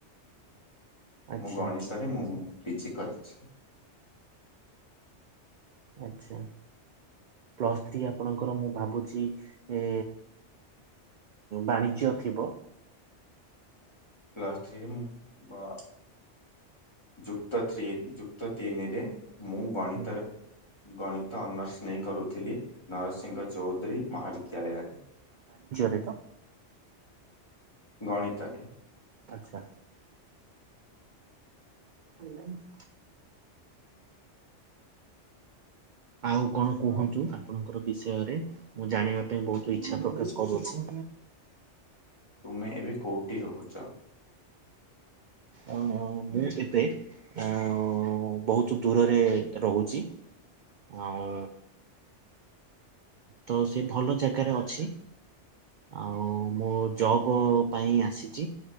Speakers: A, on the right (about 60°); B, on the left (about 25°).
A: ଆଚ୍ଛା
B: ମୁଁ ଗଣିତରେ ମୁଁ ମୁଁ। ପିଜି କରିଛି।
A: ଆଛା। ପ୍ଲସ୍ ଥ୍ରୀ ଆପଣଙ୍କର ମୁଁ ଭାବୁଛି ଏ ବାଣିଜ୍ୟ ଥିବ।
B: ପ୍ଲସଥ୍ରୀ ଅ ଯୁକ୍ତ ଥ୍ରି ଯୁକ୍ତ ତିନିରେ- ମୁଁ ଗଣିତରେ-
A: ହୁଁ,
B: ଗଣିତ ଅନର୍ଶ ନେଇ କରୁଥିଲି। ନରସିଂହ ଚୌଧୁରୀ ମହାବିଦ୍ୟାଳୟ- ଜାଣେ ନା।
A: ସେ ତ।
B: ଗଣିତରେ।
A: ଆଚ୍ଛା। <unintelligible> ଆଉ କଣ କୁହନ୍ତୁ ଆପଣଙ୍କର ବିଷୟରେ ମୁଁ ଜାଣିବା ପାଇଁ ବହୁତ ଇଛା ପ୍ରକାଶ କରୁଛି।
B: ତୁମେ ଏବେ କୋଉଠି ରହୁଛ?
A: ଅ ମୁଁ ଏବେ ଅ ବହୁତ ଦୂରରେ ରହୁଛି। ଆଉ ତ ସେ ଭଲ ଜାଗାରେ ଅଛି। ଆଉ ମୁଁ ଜବ୍ ପାଇଁ ଆସିଛି।